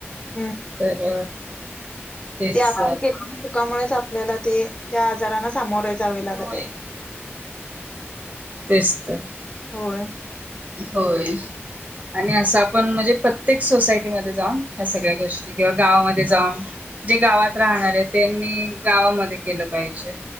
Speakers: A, on the left; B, on the right.
A: हम्म
B: तर तेच
A: ते आपण केलेल्या चुका मुळेच आपण आपल्याला ते त्या आजारांना सामोरे जावे लागतं
B: होय
A: आहे.
B: तेच तर
A: होय.
B: होय आणि असं आपण म्हणजे प्रत्येक सोसायटीमध्ये जाऊन ह्या सगळ्या गोष्टी किंवा गावामध्ये जाऊन जे गावात राहणारे त्यांनी गावामध्ये केलं पाहिजे.